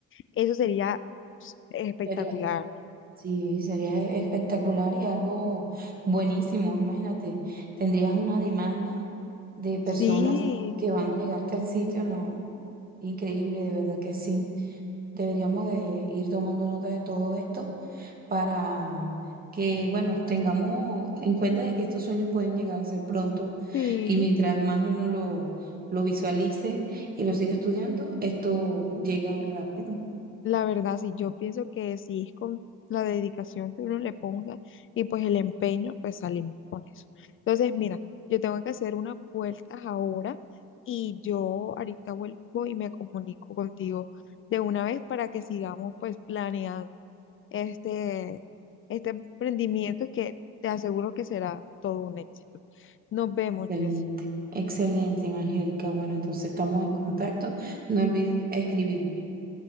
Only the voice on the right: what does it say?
Sería, sí, sería espectacular y algo buenísimo. Imagínate, tendrías una demanda de personas
que van a llegarte al sitio, ¿no? Increíble, de verdad que sí. Deberíamos de ir tomando nota de todo esto para que, bueno, tengamos en cuenta de que estos sueños pueden llegar a ser pronto
y mientras más uno lo, lo visualice y lo siga estudiando, esto llega rápido.
Excelente,
excelente, Angélica. Bueno, entonces estamos en contacto. No olvides escribirme.